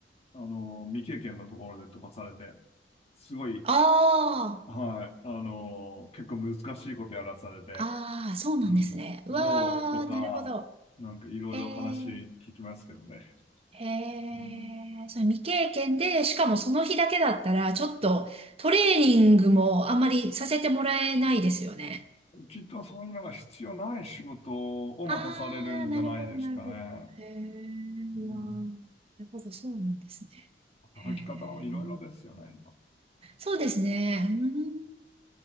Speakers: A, on the left (about 35°); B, on the right (about 35°).
A: あの、未経験のところで飛ばされて、すごい、
B: あー、
A: はい、あの、結構難しいことやらされて、
B: あー、そうなんですね。
A: うん、
B: うわー、
A: そうとか、
B: なるほど。
A: なんかいろいろ話聞きますけどね。
B: へー。へえ、
A: うん
B: それ未経験で、しかもその日だけだったら、ちょっとトレーニングもあんまりさせてもらえないですよね。
A: きっとそういうのが必要ない仕事を任されるんじゃないですかね。
B: ああ、なるほど、なるほど。へえ、
A: うん、
B: いやー、なるほど、そうなんですね。
A: 働き方はいろいろですよね、
B: へえ、
A: 今。
B: そうですね。うーん